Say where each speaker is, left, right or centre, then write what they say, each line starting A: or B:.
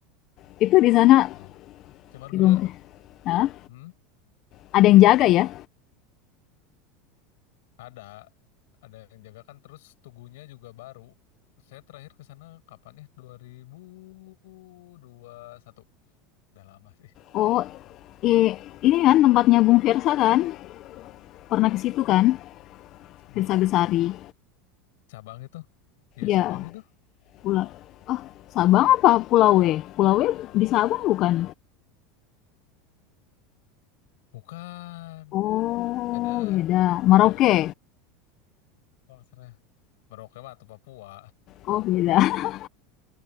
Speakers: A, on the left; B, on the left.
A: Itu di sana
B: ya cuman
A: belum
B: kuda
A: hah?
B: hmm
A: Ada yang jaga ya?
B: Ada, ada yang jaga kan terus tugunya juga baru. Saya terakhir ke sana kapan ya? dua ribu dua puluh satu, Udah lama sih.
A: Oh, eh ini kan tempatnya Bung Versa kan? Pernah ke situ kan?
B: Bu,
A: Desa Besari.
B: cabang itu. Iya,
A: Ya,
B: cabang itu.
A: pulau. Ah, Sabang apa Pulau W? Pulau W di Sabang bukan?
B: Bukan.
A: Oh,
B: Beda
A: beda. Merauke.
B: pulau eh. Kalau nggak salah. Merauke mah atau Papua.
A: Oh, beda. <laughs>